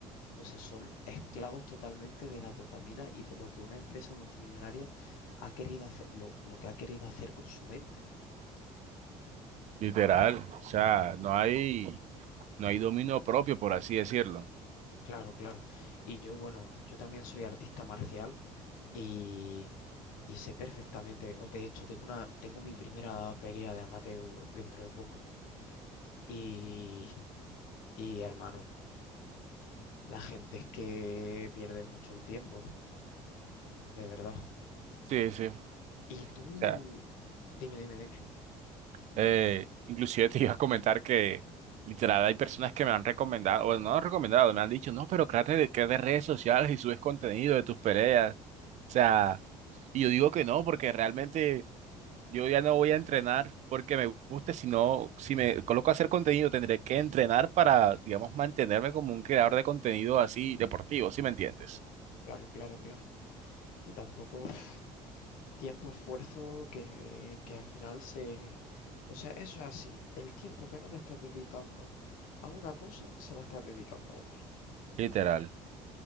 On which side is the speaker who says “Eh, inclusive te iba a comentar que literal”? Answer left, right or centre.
Right